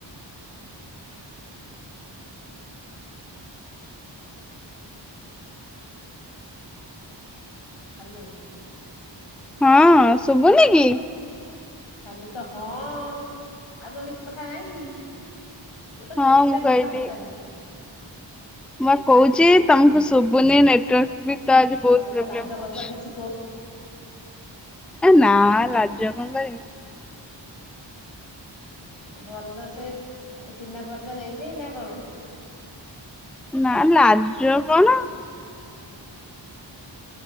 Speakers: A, on the left; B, in the centre.
A: ହ୍ୟାଲୋ।
B: ହଁ ଶୁଭୁନି କି।
A: ଖାଲି ତ ହଁ ଆଉ। ଆଉ କଣ କିଛି କଥା ନାଇଁ କି ମୁଁ ତ
B: ହଁ
A: କେତେ
B: କହିଲି
A: କଥା ପଚାରୁଛି।
B: ମୁଁ କହୁଛି ତମକୁ ଶୁଭୁନି ନେଟୱାର୍କ ବି ତ ଆଜି ବହୁତ
A: ତମେ ତ
B: ପ୍ରୋବ୍ଲେମ୍
A: ଲାଜ
B: ହୋଉଛି।
A: କରୁଛ କିଛି କହୁ
B: ନା ଲାଜ କଣ କରିବି।
A: ଭଲ ସେ ଚିହ୍ନା ପରିଚୟ ହେଇନି ନା କଣ?
B: ନା ଲାଜ କଣ।